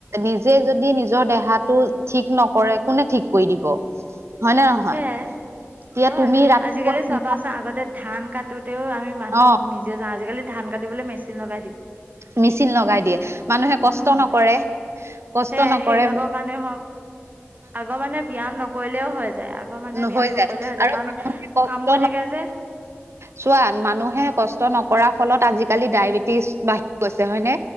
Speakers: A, on the right; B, on the right.
A: নিজে যদি নিজৰ দেহাটো ঠিক নকৰে কোনে ঠিক কৰি দিব হয় নে নহয়?
B: সেয়াই
A: এতিয়া
B: হয়
A: তুমি ৰাতিপুৱা
B: আজিকালি
A: সোনকালে
B: চাবাচোন, আগতে ধান কাটোতেও আমি মানুহ
A: অ',
B: নিজে নিজে যাওঁ, আজিকালি ধান কাটিবলৈ মেচিন লগাই দিওঁ
A: মেচিন লগাই দিয়ে মানুহে কষ্ট
B: উম
A: নকৰে, কষ্ট
B: সে
A: নকৰে
B: <unintelligible> আগৰ মানুহে ব্যায়াম নকৰিলেও হৈ যায়, আগৰ মানুহে ব্যায়াম
A: হৈ
B: নকৰিলেও হৈ যায়
A: আৰু
B: কাৰণ
A: কষ্ট
B: কাম কৰি থাকে যে
A: চোৱা মানুহে কষ্ট নকৰা ফলত আজিকালি ডায়বেটিছ বাহি গৈছে হয়নে,